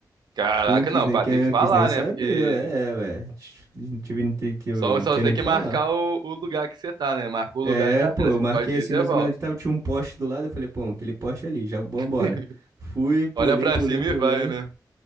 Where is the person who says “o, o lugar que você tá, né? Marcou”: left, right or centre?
Right